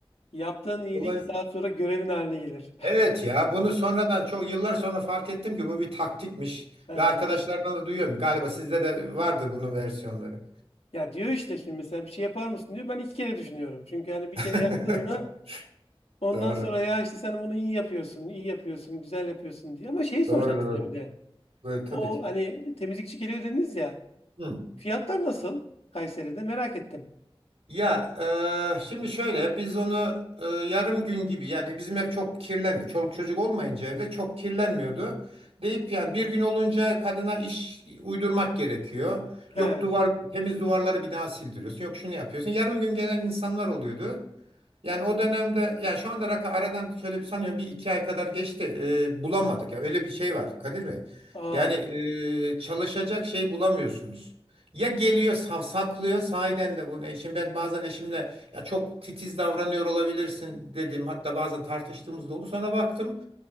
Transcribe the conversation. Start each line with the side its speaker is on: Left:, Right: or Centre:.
Left: yaptığın iyilik
Right: Dolayısıyla
Left: daha sonra görevin haline gelir.
Right: Evet ya bunu sonradan çok yıllar sonra fark ettim ki bu bir taktikmiş
Left: <laughs> He.
Right: ve arkadaşlardan da duyuyorum. Galiba sizde de vardır bunun versiyonları.
Left: Ya diyor işte şimdi mesela bir şey yapar mısın diyor. Ben iki kere düşünüyorum. Çünkü hani bir
Right: <laughs>
Left: kere yaptın mı Ondan
Right: Doğru.
Left: sonra ya işte sen bunu iyi yapıyorsun, iyi yapıyorsun, güzel yapıyorsun diye. Ama şeyi soracağım
Right: Doğru doğru.
Left: size bir de.
Right: Böyle tabii
Left: O
Right: ki.
Left: hani temizlikçi geliyor dediniz ya.
Right: Hı.
Left: Fiyatlar nasıl Kayseri'de? Merak ettim.
Right: Ya e, şimdi şöyle biz onu e, yarım gün gibi yani bizim ev çok kirlenmiyor. Çoluk çocuk olmayınca evde çok kirlenmiyordu. Deyip yani bir gün olunca kadına iş uydurmak gerekiyor.
Left: He.
Right: Yok duvar temiz duvarları bir daha sildiriyorsun. Yok şunu yapıyorsun. Yarım gün gelen insanlar oluyordu. Yani o dönemde ya şu anda rakı aradan şöyle bir sanıyorum bir iki ay kadar geçti. Ee, bulamadık ya öyle bir şey var Kadir Bey.
Left: Aa,
Right: Yani e, çalışacak şey bulamıyorsunuz. Ya geliyor savsaklıyor sahiden de bunu. Eşim ben bazen eşimle ya çok titiz davranıyor olabilirsin dedim. Hatta bazen tartıştığımız da oldu. Sonra baktım